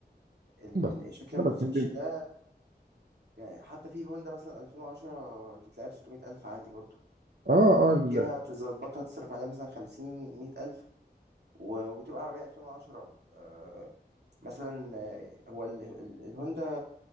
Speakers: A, on the right; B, on the right.
A: الم-
B: بس
A: شكل
B: بس انا
A: الموتسوبيشي
B: بتكلم
A: ده يعني حتى في هوندا مثلا 2010 تتلعب 600000 عادي برضو
B: اه
A: هتجيبها
B: اه
A: تظبطها تصرف عليها مثلا خمسين مية ألف و... وتبقى عربية ألفين وعشرة آه مثلا آه، هو ال... ال- الهوندا